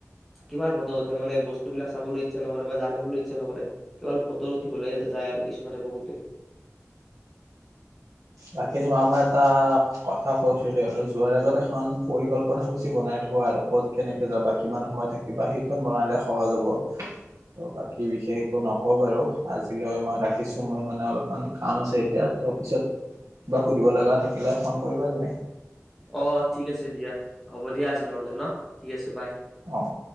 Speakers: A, in the centre; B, on the right.
A: কিমান ফটো উঠে মানে বস্তুবিলাক চাবলৈ ইচ্ছা নকৰে বা জানিবলৈ ইচ্ছা নকৰে কেৱল ফটো উঠিবলৈ যায় আৰু কিছুমানে বহুতে।
B: বাকী তোমাক মই এটা কথা কৈছিলো আৰু যোৱাৰ আগত এখন পৰিকল্পনা সূচী বনাই থবা আৰু ক'ত কেনেকে যাবা কিমান সময় থাকিবা সেইখন বনালে সহজ হ'ব তহ বাকী বিশেষ একো নকও বাৰু, আজিলৈ মই ৰাখিছো মোৰ মানে অলপমান কাম আছে এতিয়া তহ পিছত কিবা সুধিব লগা থাকিলে ফোন কৰিবা তুমি।
A: অ ঠিক আছে দিয়া, হ'ব দিয়া আজি নহলে ন ঠিক আছে বাই।
B: অঁ।